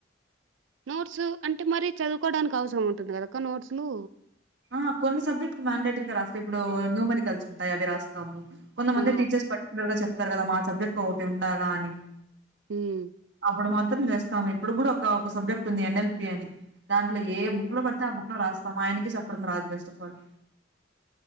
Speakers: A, on the right; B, on the right.
A: నోట్స్ అంటే మర చదువుకోవడానికి అవసరం ఉంటుంది కదా అక్క నోట్స్లు
B: ఆ కొన్ని సబ్జెక్ట్ మ్యాండేటరీగా రాస్తాయి ఇప్పుడు న్యూ మెడికల్స్ ఉంటాయి అవి రాస్తాము కొంత మంది
A: ఆ
B: టీచర్స్ పర్టికులర్ గా చెప్ప తరూ కదా మా సబ్జెక్ట్ ఒకటి ఉండాలా అని
A: హ్మ్
B: అప్పుడు మాత్రం చేస్తాము ఇప్పుడు కూడా ఒక సబ్జెక్ట్ ఉంది ఎన్ఎల్పి అని దాంట్లో ఏ బుక్ లో పడితే ఆ బుక్ లో రాస్తాం ఆయనకి చె పప్పుడు రాజ బెస్ట్ ఆఫ్ ఆల్